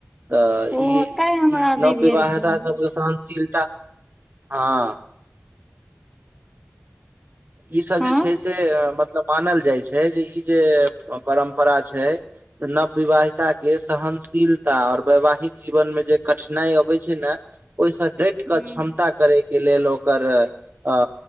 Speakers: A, on the right; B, in the centre.
A: तऽ
B: ओ
A: ई
B: तैं हमरा
A: ई
B: नहि
A: नवविवाहिता
B: भेल छलए
A: सब सहनशीलता <inaudible> ह ईसभ
B: हँ
A: जे छै से मतलब मानल जाइ छै जे ई जे परम्परा छै नवविवाहिता केँ सहनशीलता और वैवाहिक जीवन में जे कठिनाइ अबै छै न ओइ स डैट कऽ
B: हूँ
A: क्षमता करे केँ लेल ओकर अ